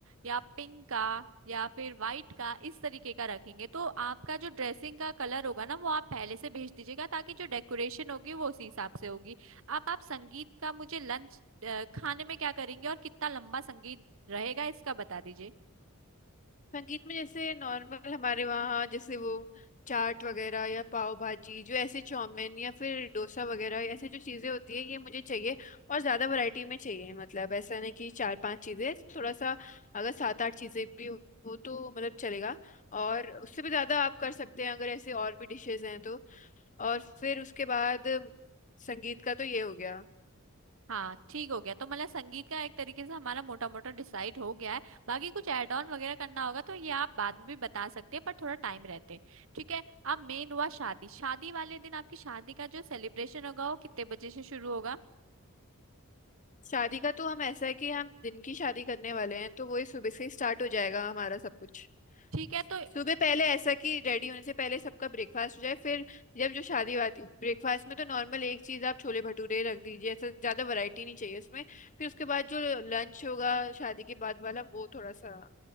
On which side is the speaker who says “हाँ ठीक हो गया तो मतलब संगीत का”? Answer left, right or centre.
Right